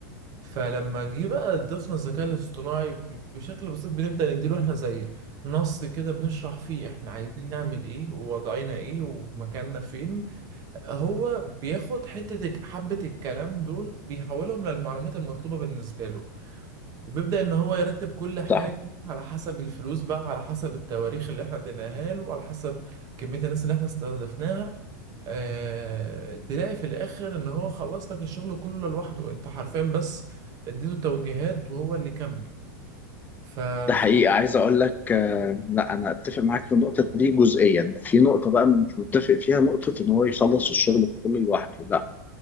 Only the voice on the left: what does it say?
صح
ده حقيقي عايز اقول لك آه، لا انا اتفق معاك في النقطه دي جزئيا في نقطه بقى مش متفق فيها نقطه ان هو يخلص الشغل كله لوحده لا